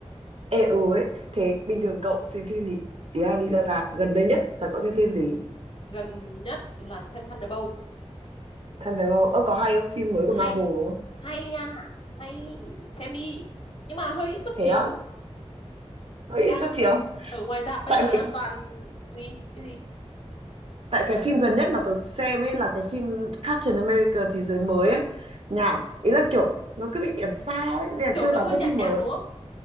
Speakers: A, on the right; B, on the left.
A: Ê ừ ấy, thế bình thường cậu xem phim thì ý là đi ra rạp gần đây nhất là cậu xem phim gì?
B: Gần nhất là xem Thunderbolt.
A: Thunderbolt, ơ có hay không? Phim mới
B: Hay,
A: của Marvel đúng không?
B: hay nha, hay xem đi. Nhưng mà hơi ít suất
A: Thế
B: chiếu.
A: á? Vậy
B: đang
A: sao chiều?
B: ở ngoài rạp bây
A: Tại
B: giờ
A: mấy
B: đang toàn gì cái gì
A: tại
B: Ờ,
A: cái phim gần nhất mà tớ xem ấy là cái phim Captain America Thế giới mới ấy. Nhảm, ý là kiểu nó cứ bị làm sao ấy nên là
B: kiểu
A: chưa
B: nó
A: dám
B: hơi
A: xem
B: nhạt
A: phim
B: nhạt
A: mới.
B: đúng không